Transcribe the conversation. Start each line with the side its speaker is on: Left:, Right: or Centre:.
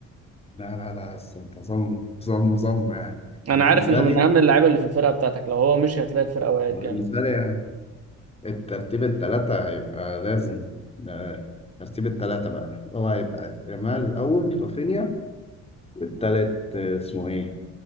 Left: لا لا لا بس انت ظلمه ظلمه ظلمه يعني
Right: انا
Left: أنا بالنسبة
Right: عارف انه من
Left: لي
Right: اهم اللعيبه اللي في الفرقه بتاعتك لو هو مش هتلاقي الفرقه وقعت
Left: بالنسبة
Right: جامد
Left: لي يعني الترتيب الثلاثة هيبقى لازم ده ترتيب الثلاثة بقى هو هيبقى يامال الأول رافينيا والتالت آه، اسمه ايه